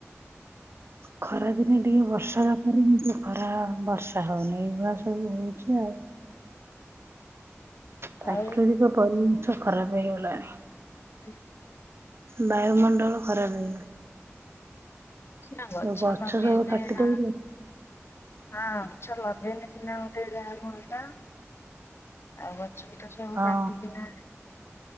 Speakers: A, on the right; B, on the left.
A: ଖରାଦିନେ, ଟିକେ ବର୍ଷା ହେବା ପରେ ଖରା, ବର୍ଷା ହେଉନି ବସ୍ ସବୁ ହଉଛି, ଆଉ। ପ୍ରାକୃତିକ
B: ଆଉ
A: ପରି ଖରାପ ହେଇଗଲାଣି।
B: ହ <inaudible>
A: ବାୟୁମଣ୍ଡଳ ଖରାପ ହେଇଗଲା,
B: ସିନା ଗଛ
A: ଆଉ
B: ଲଗେଇଲେ
A: ସବୁ କାଟି
B: ନା
A: ଦଉଛନ୍ତି
B: ହଁ, ଗଛ ଲଗେଇନେ ସିନା ଗୋଟେ ଯାହା ହୁଅନ୍ତା, ଆଉ ସୁବିଧା ସବୁ
A: ହଁ
B: କାଟି ନା